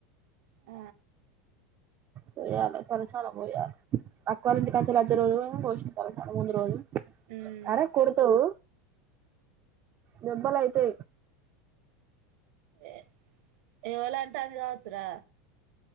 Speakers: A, on the right; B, on the right.
A: ఆ
B: పోయ్యాలి చాలా చాలా మ పోయ్యాలి తక్వలుంటి కలు అద్దది రోజులు పోష చాలా చాలా ముందు రోజులు
A: ఉమ్,
B: అరే కుడుతవు దెబ్బలయితే
A: ఏ ఎవలాంటాని కావచ్చురా